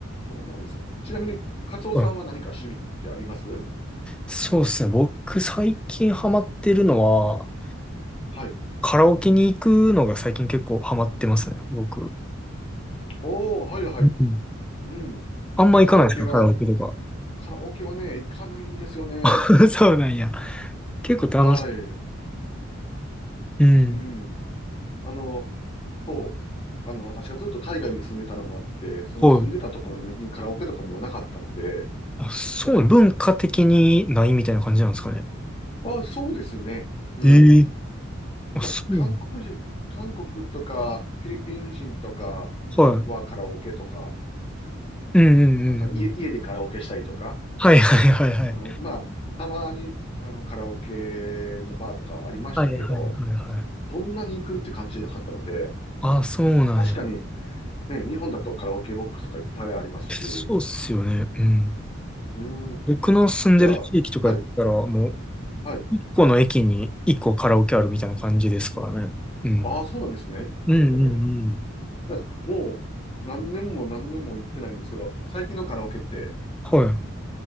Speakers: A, on the left (about 30°); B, in the centre.
A: そうなんですよ。ちなみに、カツオさんは何か趣味ってあります
B: うんそうっすね。僕、最近ハマってるのは、
A: はい。
B: カラオケに行くのが最近結構ハマってますね。僕。
A: おー、はいはい。
B: うん
A: うん。
B: あんま行かないですか、
A: カラオケが、
B: カラオケとか。
A: カラオケはね、行かないんですよね。
B: <laughs> そうなんや。結構楽し
A: はい。
B: い、うん。
A: うん。あの、そう。あの、私がずっと海外に住んでたのもあって、その住んでたところに、
B: はい。
A: にカラオケとかもなかったので、
B: あ、そう、文化的にないみたいな感じなんですかね。
A: あ、そうですね。うん。
B: ええ。あ、
A: まあ、
B: そう。
A: 韓国人、韓国とか、フィリピン人とか
B: はい。
A: はカラオケとか、い
B: うんうんうんうん。
A: なんか家、家でカラオケしたりとか、
B: はいはいはいはい。
A: あの、まあ、たまに、あの、カラオケのバーとかはありましたけど、
B: はいはいはいはい。
A: そんなに行くって感じじゃなかったので、
B: あ、そうなんや。
A: 確かに、ね、日本だとカラオケボックスとかいっぱいありますし、
B: そうっすよね。
A: う
B: うん。
A: ーん、
B: 僕の住んでる地域とかやったら、
A: じゃあ、はい、
B: もう、
A: はい。
B: 一個の駅に一個カラオケあるみたいな感じですからね。うん。
A: ああ、そうなんですね。
B: うんうんうん。
A: へえ。なんか、もう、何年も何年も行ってないんですけど、最近のカラオケって、
B: はい。